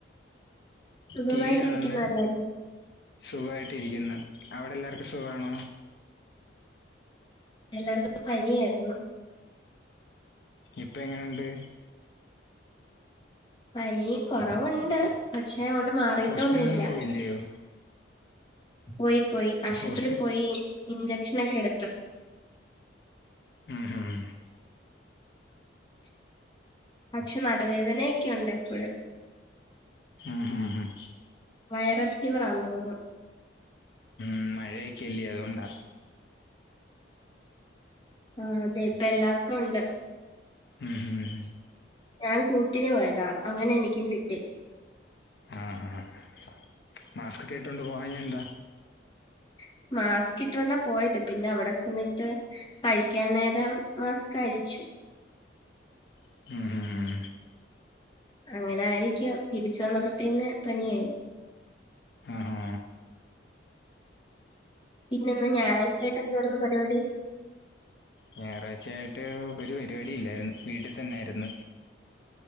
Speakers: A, on the left; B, on the left.
A: സുഖമായിട്ടിരിക്കുന്നു
B: ടി. വി ആണെന്ന്
A: എല്ലാരും
B: സുഖമായിട്ടിരിക്കുന്നു. അവിടെ എല്ലാവർക്കും സുഖമാണോ?
A: എല്ലാർക്കും ഇപ്പോ പനി ആയിരുന്നു.
B: ഇപ്പ എങ്ങനെണ്ട്?
A: പനി കൊറവുണ്ട് പക്ഷെ അങ്ങോട്ട് മാറിട്ടോ
B: ഹോസ്പിറ്റലിലൊന്നും
A: ഒന്നുംല്ല.
B: പോയില്ലയോ
A: പോയി പോയി ആശുപത്രിയി
B: ഹോസ്പി
A: പോയി ഇ ഭക്ഷനൊക്കെ എടുത്ത്.
B: മ് മ്.
A: പക്ഷെ നടുവേദനയൊക്കെുണ്ട് എപ്പോഴും.
B: മ് മ്.
A: വൈറൽ ഫീവറാന്ന് തോന്നുന്ന്.
B: മ് മഴയൊക്കെല്ലേ അത് കൊണ്ടാ.
A: ആഹ അതെ ഇപ്പ എല്ലർക്കും ഉണ്ട്.
B: ഉം ഹും.
A: ഞാൻ കൂട്ടിന് പോയതാ അങ്ങനെ എനിക്കും കിട്ടി.
B: മ് മ് മാസ്ക് കേ ഇട്ടോണ്ട് പോവാ ഞ്ഞെ എന്താ.
A: <unintelligible> മാസ്ക് ഇട്ടോണ്ടാ പോയത് പിന്നെ അവിടെ ചെന്നിട്ട് കഴിക്കാൻ നേരം മാസ്ക് കഴിച്ചു.
B: മ് മ് മ്.
A: അങ്ങനെ ആയിരിക്കാം തിരിച്ചു വന്നപ്പോത്തേന് പനിയായി.
B: ആഹാ
A: പിന്നെ ഇന്ന് ഞായറാഴ്ച ആയിട്ട് എന്തരുന്ന് പരിപാടി.
B: ഞായറാഴ്ച്ച ആയിട്ട് ഒരു പരിപാടി ഇല്ലായിരുന്നു വീട്ടിൽ തന്നെയിരുന്നു.